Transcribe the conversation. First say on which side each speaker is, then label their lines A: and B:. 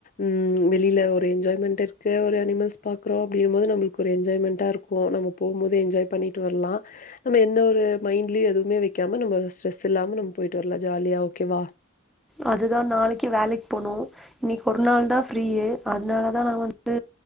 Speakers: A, on the left; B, in the centre.
A: உம் வெளியில ஒரு என்ஜாய்மெண்ட் இருக்கு ஒரு அனிமல்ஸ் பாக்குறோம் அப்டினும் போது நம்மளுக்கு ஒரு என்ஜாய்மெண்டா இருக்கும் நம்ம போகும் போது என்ஜாய் பண்ணிட்டு வரலாம் நம்ம எந்த ஒரு மைண்ட்லயும் எதுவுமே வைக்காம நம்ம ஸ்ட்ரெஸ் இல்லாம நம்ம போயிட்டு வரலாம் ஜாலியா ஓகேவா
B: அதுதான் நாளைக்கு வேலைக்கு போணும் இன்னைக்கு ஒரு நாள் தான் ஃப்ரீயே அதனால தான் நான் வந்து